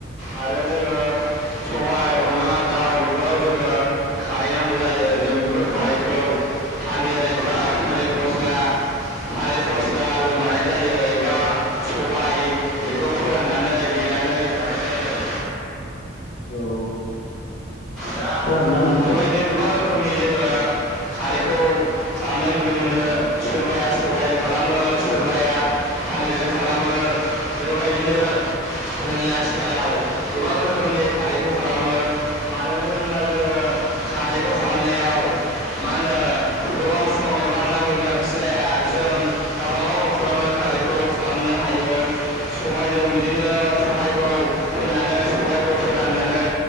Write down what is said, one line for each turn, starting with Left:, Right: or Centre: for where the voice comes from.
Centre: आरो जोङो सबाय अनला दाउ बेफोराव जोङो खारै नांगौ जायो जों बेफोर खारैखौ थालिर एबा थालिर फस्ला थालिर फस्लाजों बानायनाय जायो एबा सबायाइ बेखौ फोरान ननानै देनानै बानाय जायो आरो
Left: औ
Centre: दा
Left: खोनादोंना नोंथां?
Centre: बेबायदिनो गोबां रोखोमनि जोङो खारैखौ खालामनाय नुनो मोनो सोरबाया सबायजों खालामो सोरबाया थालिरजों खालामो बेबायदिनो जोंनि आथिखालाव गोबां रोखोमनि खारैखौ खालामो मानो होनोब्ला जोङो खारैखौ खालामनायाव मा होनो गोबाव सम एबा रांनि गोनांथि जाया जों गाबागाव नखरावनो खारैखौ खालामनो हायो सबायजों बिदिनो सबायखौ फोनानै सबायखौ फोराननानै